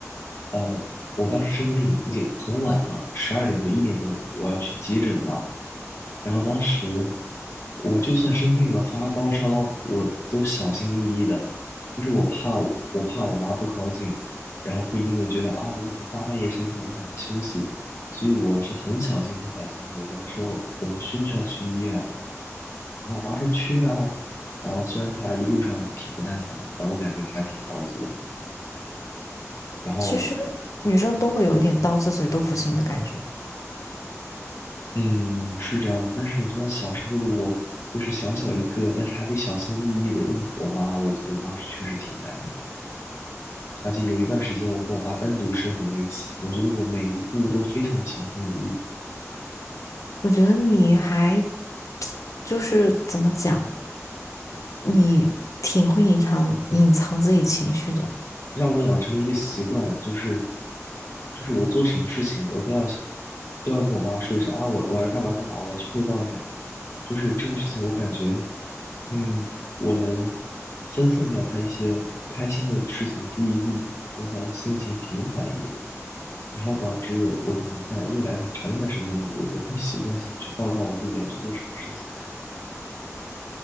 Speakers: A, on the left; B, on the left.
A: 呃，我当时生病已经很晚了，十二点多一点多，我要去急诊嘛。然后当时我就算生病了发高烧，我都小心翼翼的，就是我怕我我怕我妈不高兴，然后会因为觉得啊我怎么大半夜生病影响她休息，所以我是很小心很小心的。我跟她说我们需不需要去医院啊？然后我妈说去啊。然后虽然她一路上挺不耐烦的，但我感觉她还挺着急的。然后
B: 其实女生都会有一点刀子嘴豆腐心的感觉。
A: 嗯，是这样子，但是你知道小时候的我，就是小小一个，但是还得小心翼翼的应付我妈，我觉得当时确实挺难的。而且有一段时间，我跟我妈单独生活在一起，我觉得我每一步都非常的小心翼翼，
B: 我觉得你还 <tsk> 就是怎么讲，你挺会隐藏隐藏自己情绪的。
A: 让我养成了一个习惯，就是就是我做什么事情，我都要想都要跟我妈说一声啊，我我要干嘛干嘛，我要去汇报一下。就是这个事情，我感觉，嗯，我能分散掉她一些不开心的事情的注意力，让她心情平缓一点，然后导致我可能在未来很长一段时间里，我都会习惯性地去报告我自己要去做什么事情。